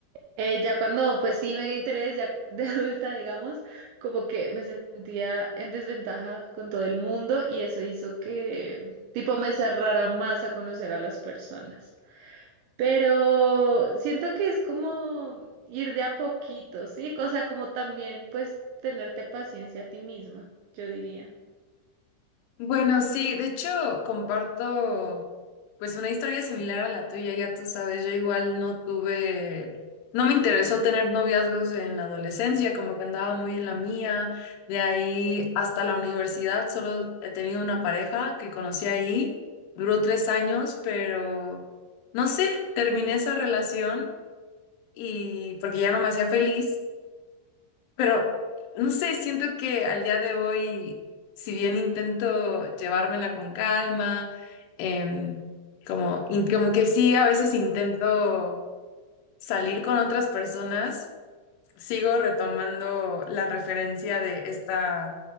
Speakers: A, on the right; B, on the left.
A: eh, ya cuando pues sí me di interés, ya de <laughs> adulta, digamos, como que me sentía en desventaja con todo el mundo y eso hizo que tipo me cerrara más a conocer a las personas. Pero siento que es como ir de a poquito, ¿sí? O sea, como también, pues, tenerte paciencia a ti misma, yo diría.
B: Bueno, sí, de hecho comparto pues una historia similar a la tuya, ya tú sabes, yo igual no tuve, no me interesó tener noviazgos en la adolescencia, como que andaba muy en la mía, de ahí hasta la universidad solo he tenido una pareja que conocí ahí, duró tres años, pero no sé, terminé esa relación y porque ya no me hacía feliz. Pero, no sé, siento que al día de hoy, si bien intento llevármela con calma, em, como, in- como que sí, a veces intento salir con otras personas, sigo retomando la referencia de esta